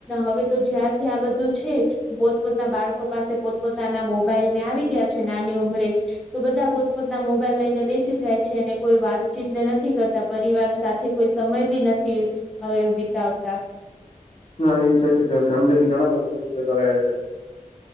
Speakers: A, in the centre; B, on the left (about 45°).
A: હવે તો જ્યાં થી આ બધું છે પોતપોતના બાળકો પાસે પોતપોતાના મોબાઈલ ને આવી ગયા છે નાની ઉંમરે જ તો બધા પોતપોતના મોબાઈલ લઈને બેસી જાય છે અને કોઈ વાતચીત ને નથી કરતા પરિવાર સાથે કોઈ સમય બી નથી હવે બીતાવતા.
B: હા એ છે ક ફેમિલી થી ઘણા બધા <unintelligible> <unintelligible> છે.